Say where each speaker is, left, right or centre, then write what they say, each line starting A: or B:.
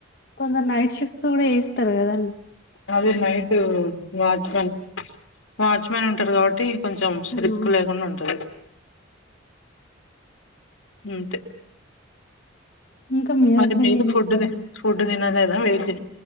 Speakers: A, on the left; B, on the left.
A: కొందర్ నైట్ షిఫ్ట్స్ కూడా ఏస్తరు కదండి
B: అదే నైటు వాచ్మెన్ వాచ్మెన్ ఉంటారు కావట్టి కొంచెం ష్రిస్క్
A: మ్మ్
B: లేకుండా ఉంటది అంతే
A: ఇంకా మీ
B: మరి
A: హస్బెండ్
B: మీరు
A: ఏం
B: ఫుడ్
A: చేస్తారండి
B: ది ఫుడ్ తినలేదా వెయిజు